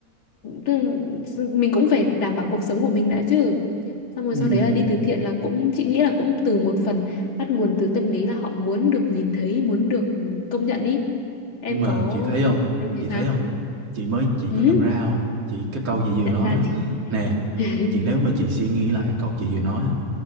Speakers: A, on the left; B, on the right.
A: tức là mình cũng phải đảm bảo cuộc sống của mình đã chứ xong rồi
B: ừ.
A: sau đấy là đi từ thiện là cũng chị nghĩ là cũng từ một phần bắt nguồn từ tâm lý là họ muốn được nhìn thấy muốn được ừ, công nhận ý em
B: nhưng mà
A: có
B: chị thấy không
A: em thấy
B: chị
A: sao
B: thấy không chị mới chị có
A: ừ
B: nhận ra không chị cái câu chị
A: nhận
B: vừa nói
A: ra
B: đó
A: gì
B: nè
A: <laughs>
B: chị nếu mà chị suy nghĩ lại cái câu chị vừa nói á